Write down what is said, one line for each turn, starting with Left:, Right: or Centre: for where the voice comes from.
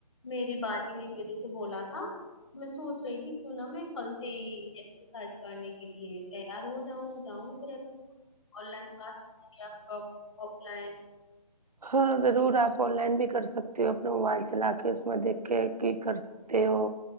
Left: میری بجی نے میرے سے بولا تھا میں سوچ رہی تھی کیوں ناں میں کل سے ہی خرچ کرنے کے لیے تیار ہو جاؤں جاؤں پھر آن لائن کلاس یا پھر آف لائن
Right: ہاں ضرور آپ آن لائن بھی کر سکتے ہو اپنا موبائل چلا کے اس میں دیکھ کے کی کر سکتے سکتے ہو